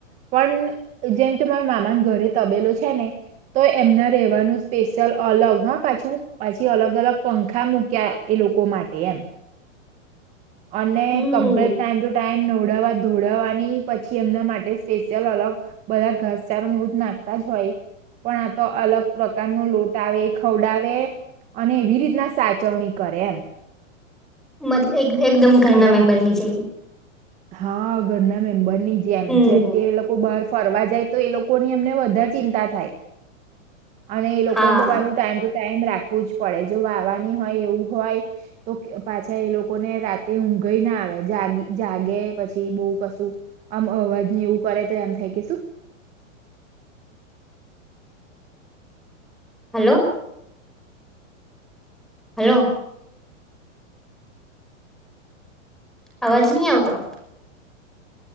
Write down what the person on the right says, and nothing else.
પન જેમ કે મારા મામાને ઘરે તબેલો છે ને તો એમના રહેવાનું સ્પેશિયલ અલગ હ પાછું, પાછી અલગ-અલગ પંખા મૂક્યા એ લોકો માટે એમ. અને
કમ્પલેટ ટાઈમ ટુ ટાઈમ નવડાવવા, ધોવડવાની પછી એમના માટે સ્પેશિયલ અલગ બધા ઘાસચારો ને એવું જ નાખતા જ હોય. પણ આ તો અલગ પ્રકાર નો લોટ આવે એ ખવડાવે. અને એવી રીતના સાચવણી કરે એમ.
અને
હા ઘરના મેમ્બરની જેમ
જેમ કે એ લોકો બહાર ફરવા જાય તો એ લોકોની અમને વધારે ચિંતા થાય. અને એ લોકોને
તો પાછું ટાઈમ ટુ ટાઈમ રાખવું જ પડે જો આવવાની હોય એવું હોય તો પાછા એ લોકોને રાતે ઊંઘયે ના આવે જાગી જાગે પછી બઉ કશું આમ અવાજ ને એવું કરે તો એમ થાય કે શું